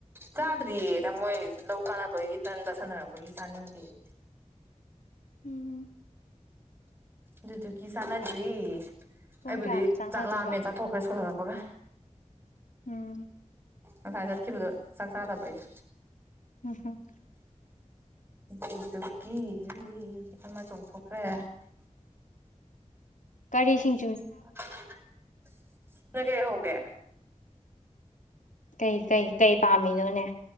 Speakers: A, on the right; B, on the left.
A: ꯆꯥꯗ꯭ꯔꯤꯌꯦ <unintelligible> ꯃꯣꯏ ꯂꯧ ꯀꯥꯔꯛꯄꯗꯒꯤ ꯇꯟ ꯆꯥꯁꯟꯅꯔꯛꯄꯒꯤ ꯆꯥꯅꯤꯡꯗꯦꯌꯦ
B: ꯎꯝ
A: ꯑꯗꯨꯗꯨꯒꯤ ꯆꯥꯟꯅꯗ꯭ꯔꯤ
B: ꯄꯨꯡ
A: ꯑꯩꯕꯨꯗꯤ
B: ꯀꯌꯥꯗ ꯆꯥꯟꯅꯗꯣꯏꯕ
A: ꯆꯥꯛ ꯂꯥꯛꯃꯦꯟꯅ ꯆꯥꯊꯣꯛꯈ꯭ꯔꯦ ꯁ꯭ꯀꯨꯜ ꯍꯜꯂꯛꯄꯒ
B: ꯎꯝ
A: ꯉꯁꯥꯏ ꯆꯠꯈꯤꯕꯗꯣ ꯆꯥꯛ ꯆꯥꯗꯕ ꯑꯩꯗꯣ
B: ꯎꯝ ꯍꯨꯝ
A: ꯗꯨꯗꯨꯒꯤ ꯑꯃ ꯆꯣꯡꯊꯣꯛꯈ꯭ꯔꯦ
B: ꯀꯔꯤꯁꯤꯡ
A: <unintelligible> ꯅꯣꯏ ꯀꯩ ꯍꯧꯒꯦ?
B: ꯀꯩ ꯀꯩ ꯀꯩ ꯄꯥꯝꯃꯤꯅꯣꯅꯦ?